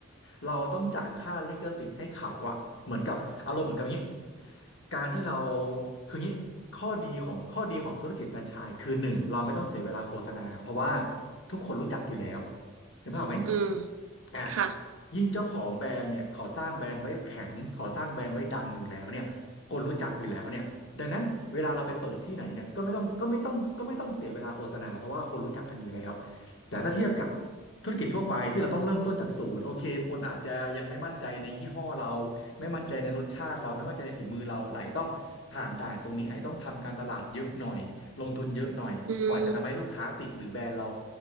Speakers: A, on the left; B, on the right.
A: เราต้องจ่ายค่าลิขสิทธิ์ให้เขาอะเหมือนกับอารมณ์เหมือนกับอย่างนี้การที่เราคืออย่างนี้ข้อดีของข้อดีของธุรกิจแฟรนไชส์คือหนึ่งเราไม่ต้องเสียเวลาโฆษณาเพราะว่าทุกคนรู้จักอยู่แล้วเห็นภาพไหม
B: อืม
A: อ่ะ
B: ค่ะ
A: ยิ่งเจ้าของแบรนด์เนี่ยเขาสร้างแบรนด์ไว้แข็งเขาสร้างแบรนด์ไว้ดังอยู่แล้วเนี่ย คนรู้จักอยู่แล้วเนี่ยดังนั้นเวลาเราไปเปิดที่ไหนเนี่ยก็ไม่ต้องก็ไม่ต้องก็ไม่ต้องเสียเวลาโฆษณาเพราะว่าคนรู้จักกันอยู่แล้วแต่ถ้าเทียบกับธุรกิจทั่วไปที่เราต้องเริ่มต้นจากศูนย์โอเคคนอาจจะยังไม่มั่นใจในยี่ห้อเราไม่มั่นใจในรสชาติเราไม่มั่นใจในฝีมือเราไหลต้องผ่านด่านตรงนี้ไอ้ต้องทำการตลาดเยอะหน่อยลงทุนเยอะหน่อยกว่าจะทำให้ลูกค้าติดหรือแบรนด์เรา
B: อืม